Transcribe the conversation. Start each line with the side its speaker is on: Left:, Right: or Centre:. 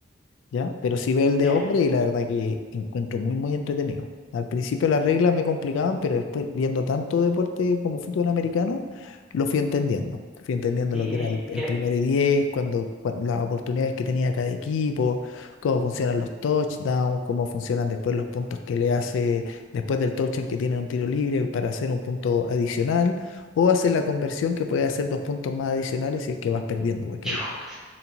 Left: ¿ya? Pero sí veo el
Centre: ya.
Left: de hombre y la verdad que encuentro muy, muy entretenido. Al principio las reglas me complicaban, pero después viendo tanto deporte como fútbol americano, lo fui entendiendo. Fui entendiendo
Centre: Sí,
Left: lo que
Centre: eh,
Left: era el,
Centre: ya.
Left: el primero y diez, cuando, cua- las oportunidades que tenía cada equipo, cómo funcionan los touchdowns, cómo funcionan después los puntos que le hace después del touchdown que tiene un tiro libre para hacer un punto adicional, o hacer la conversión que puede hacer dos puntos más adicionales si es que vas perdiendo, porque
Centre: Chut.